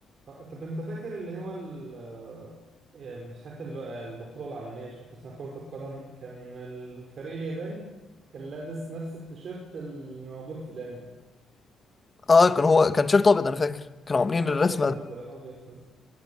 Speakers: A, on the right; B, on the left.
A: آه، طب انت فاكر اللي هو ال آه، آه، مش عارف ال- آه، البطولة العالمية مش عارف اسمها كرة القدم كان الفريق الياباني كان لابس نفس التيشيرت اللي موجود في الانمي
B: اه كان هو كان شيرت ابيض انا فاكر كانوا عاملين
A: اه
B: الرسمه
A: ابيض فازرق
B: دي.
A: ابيض فازرق